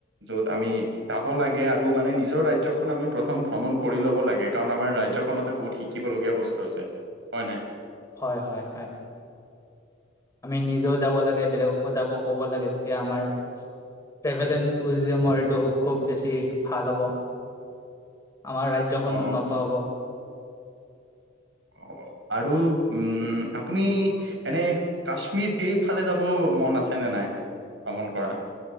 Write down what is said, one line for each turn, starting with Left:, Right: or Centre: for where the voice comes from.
Right: যত আমি যাব লাগে আৰু মানে নিজৰ ৰাজ্যখন আমি প্ৰথম ভ্ৰমণ কৰি ল'ব লাগে, কাৰণ আমাৰ ৰাজ্যখনতে বহুত শিক্ষা। শিকিবলগীয়া বস্তু আছে হয় নাই?
Left: হয় হয় হয়। আমি নিজেও যাব লাগে, বেলেগকো যাব ক'ব লাগে তেতিয়া আমাৰ। ট্ৰেভেল এণ্ড টুৰিজমৰ এইটো খুব বেছি ভাল হ'ব। আমাৰ ৰাজ্যখন
Right: অ
Left: উন্নত হব।
Right: অ' আৰু উম আপুনি। এনে কাশ্মীৰ সেইফালে যাব মন আছেনে নাই ভ্ৰমণ ক'ৰা?